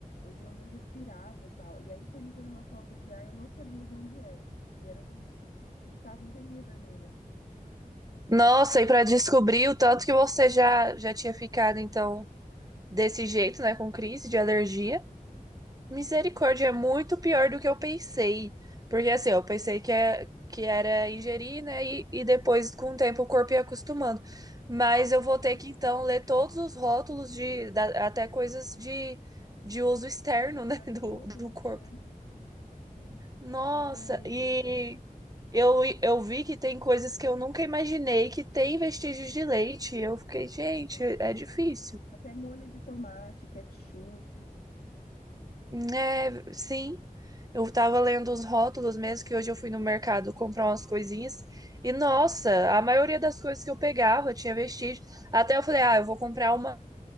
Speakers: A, on the left; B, on the right.
A: de onde eu respirava e tal. E aí foi me dando uma falta de ar, eu não sabia de onde era. E era disso. Eu ficava inteirinha vermelha.
B: Nossa, e para descobrir o tanto que você já já tinha ficado então desse jeito, né, com crise de alergia. Misericórdia,
A: Sim.
B: é muito pior do que eu pensei. Porque assim, eu pensei que é que era ingerir, né, e, e depois com o tempo o corpo ia acostumando. Mas eu vou
A: Uhum.
B: ter que então ler todos os rótulos de da- até coisas de de uso externo,
A: De passar
B: né, <laughs>
A: no
B: do,
A: corpo, né?
B: do corpo.
A: Né? Sim.
B: Nossa,
A: E o.
B: e Eu, eu vi que tem coisas que eu nunca imaginei que tem vestígios de leite. Eu fiquei, gente,
A: é,
B: é difícil.
A: Até molho de tomate, ketchup,
B: É, sim. Eu tava lendo os rótulos mesmo, que hoje eu fui no mercado comprar umas coisinhas. E, nossa, a maioria das coisas que eu pegava tinha vestígio. Até eu falei, ah, eu vou comprar uma,